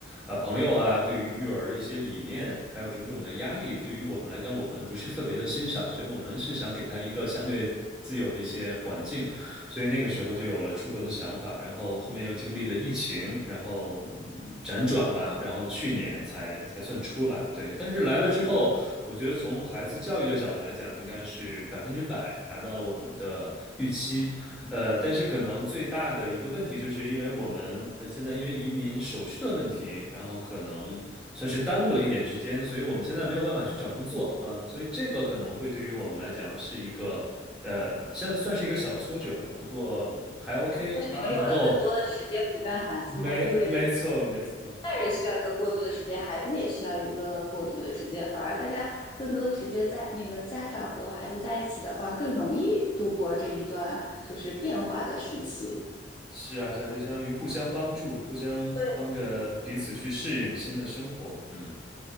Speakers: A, in the centre; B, on the left (about 25°).
A: 啊、呃朋友啊，对于育儿的一些理念，还有种种的压力，对于我们来讲，我们不是特别的欣赏，所以我们是想给他一个相对自由的一些环境，所以那个时候就有了出国的想法，然后后面又经历了疫情，然后嗯辗转吧，然后去年才才算出来，对，但是来了之后。我觉得从孩子教育的角度来讲，应该是百分之百达到了我们的预期。呃，但是可能最大的一个问题，就是因为我们呃现在因为移民手续的问题，然后可能算是耽误了一点时间，所以我们现在没有办法去找工作。啊，所以这个可能会对于我们来讲是一个呃，算算是一个小挫折吧。不过还 OK，
B: 你们有了更多的时间陪伴孩子嘛，
A: 他能够没没错没错
B: 因为大人需要一个过渡的时间，孩子也需要一个过渡的时间。反而大家更多的时间在那个家长和孩子在一起的话，更容易度过这一段就是变化的时期。
A: 是啊，是啊，就相当于互相帮助，互相帮着彼此去适应新的生活。
B: 对，
A: 嗯